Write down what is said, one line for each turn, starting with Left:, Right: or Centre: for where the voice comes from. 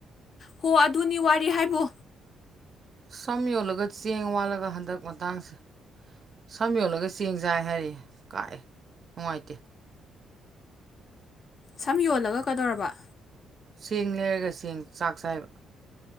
Left: ꯍꯣ ꯑꯗꯨꯅꯤ ꯋꯥꯔꯤ ꯍꯥꯏꯕꯨ
Right: ꯁꯝ ꯌꯣꯜꯂꯒ ꯆꯦꯡ ꯋꯥꯜꯂꯒ ꯍꯟꯗꯛ ꯃꯇꯥꯡꯁꯦ ꯁꯝ ꯌꯣꯜꯂꯒ ꯆꯦꯡ ꯆꯥꯏ ꯍꯥꯏꯔꯤ ꯀꯥꯏ ꯅꯨꯡꯉꯥꯏꯇꯦ
Left: ꯁꯝ ꯌꯣꯜꯂꯒ ꯀꯗꯧꯔꯕ
Right: ꯆꯦꯡ ꯂꯩꯔꯒ ꯆꯦꯡ ꯆꯥꯛ ꯆꯥꯏꯕ